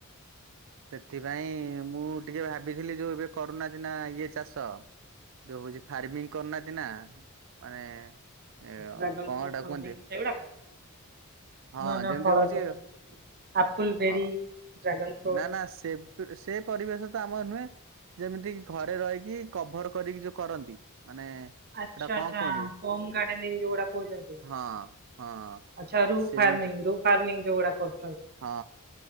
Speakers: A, on the right; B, on the right.
A: ସେଥିପାଇଁ ମୁଁ ଟିକେ ଭାବିଥିଲି ଯୋଉ ଏବେ କରୁନାହାନ୍ତି ନା ଇଏ ଚାଷ। ଯୋଉ ହଉଛି ଫାର୍ମିଂ କରିନାହାନ୍ତି ନା ମାନେ ଏ
B: ଡ୍ରାଗନ
A: କଣ
B: ଫ୍ରୁଟ
A: ହେଟା
B: ସମଥିଙ୍ଗ
A: କୁହନ୍ତି?
B: ସେଗୁଡାକ
A: ହଁ
B: ନୂଆ ନୂଆ
A: ଯେମିତି
B: ଫଳ
A: ହଉଛି
B: ସବୁ ଆପଲ ବେରୀ
A: ହଁ।
B: ଡ୍ରାଗନ ଫ୍ରୁଟ
A: ନାଁ ନାଁ ସେ ସେ ପରିବେଶ ତ ଆମର ନୁହେଁ। ଯେମିତି କି ଘରେ ରହିକି କଭର କରିକି ଯୋଉ କରନ୍ତି ମାନେ
B: ଆଚ୍ଛା
A: ସେଟା
B: ଆଚ୍ଛା
A: କଣ କୁହନ୍ତି
B: ହୋମ ଗାର୍ଡେନିଂ ଯୋଉଗୁଡା଼ କହୁଛନ୍ତି।
A: ହଁ। ହଁ
B: ଆଚ୍ଛା ରୁ
A: ସେଇଟା
B: ଫାର୍ମିଂ ରୁ ଫାର୍ମିଂ ଯୋଉଗୁଡା଼ କର
A: ହଁ